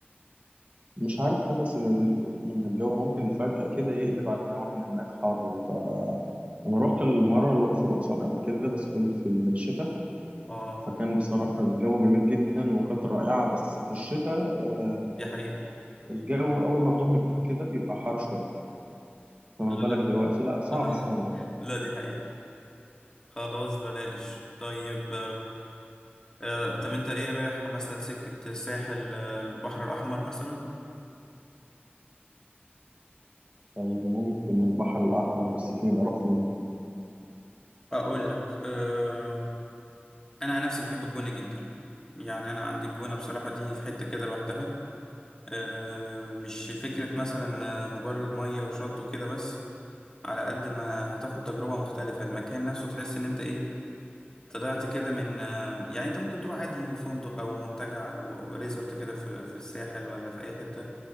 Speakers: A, on the right (about 35°); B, on the left (about 15°).
A: مش عارف حاسس ان ال... يعني الجو ممكن فجاه كده يقلب علينا واحنا هناك حر فانا رحت المره الاقصر واسوان قبل كده بس كنت في الشتاء
B: اه
A: فكان بصراحه الجو جميل جدا وكانت رائعه بس في الشتاء آه،
B: دي حقيقة
A: الجو أول ما الظهر بيجي كده بيبقى حار شوية فما
B: لا
A: بالك دلوقتي لأ صعب
B: لا
A: شوية
B: <laughs> لا دي حقيقة خلاص بلاش طيب آه طب انت ايه رايح مثلا سكة الساحل آه، البحر الأحمر مثلا
A: طيب ممكن البحر الأحمر بس فين أروح فين
B: اقول لك آه انا عن نفسي بحب الجونه جدا يعني انا عندي الجونه بصراحه دي في حته كده لوحدها آه مش فكره مثلا آه، مجرد ميه وشط وكده بس على قد ما هتاخد تجربه مختلفه المكان نفسه تحس ان انت ايه طلعت كده من آه، يعني انت ممكن تروح عادي فندق او منتجع او ريزورت كده في في الساحل ولا في اي حته